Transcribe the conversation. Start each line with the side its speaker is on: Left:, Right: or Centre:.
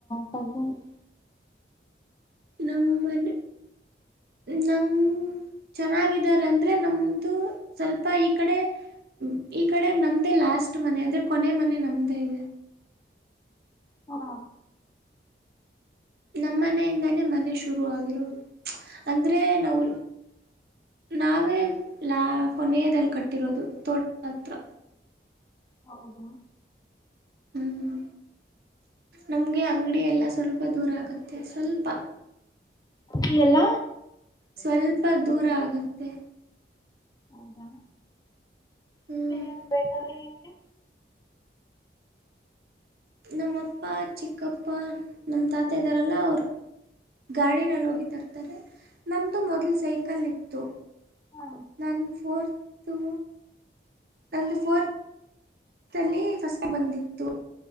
Left: ಕಸಿನ್ಸ
Right: ನಮ್ಮ ಮನ್ ನಮ ಚೆನ್ನಾಗಿದಾರ ಅಂದ್ರೆ ನಮ್ದು ಸ್ವಲ್ಪ ಈ ಕಡೆ ಈ ಕಡೆ ನಮ್ದೇ ಲಾಸ್ಟ್ ಮನೆ ಅಂದ್ರೆ. ಕೊನೆ ಮನೆ ನಮ್ದೇ ಇದೆ.
Left: ಹಾ.
Right: ನಮ್ಮನೆಯಿಂದಾನೇ ಮನೆ ಶುರು ಆಗಿರೋದು ಅಂದ್ರೆ ನಾವು ನಾವೇ ಲಾ ಕೊನೆಯದಲ್ಲಿ ಕಟ್ಟಿರೋದು ತೋಟ ಹತ್ರ.
Left: ಹೌದಾ.
Right: ಹ್ಮ್ ನಮ್ಗೆ ಅಂಗಡಿ ಎಲ್ಲ ಸ್ವಲ್ಪ ದೂರ ಆಗುತ್ತೆ ಸ್ವಲ್ಪ.
Left: ಅಡಿ ಎಲ್ಲ.
Right: ಸ್ವಲ್ಪ ದೂರ ಆಗತ್ತೆ.
Left: ಹೌದಾ.
Right: ಹ್ಮ್
Left: ಮತ್ತೆ ಏನ ಬೇಕಾದ್ರೆ ನಿಗೆ..
Right: ನಮ್ಮಪ್ಪ ಚಿಕ್ಕಪ್ಪ ನಮ್ಮ ತಾತ ಇದ್ದಾರಲ್ಲ ಅವರು ಗಾಡಿನಲ್ಲಿ ಹೋಗಿ ತರ್ತಾರೆ. ನಮ್ಮದು ಮೊದಲು ಸೈಕಲ್ ಇತ್ತು. ತ್ತು.
Left: ಹಾ
Right: ನನ್ನು ಫೋರ್ತ. ಅಂದು ಫೋರ್ತ್. ಲ್ಲಿ ಕಷ್ಟ ಬಂದಿತ್ತು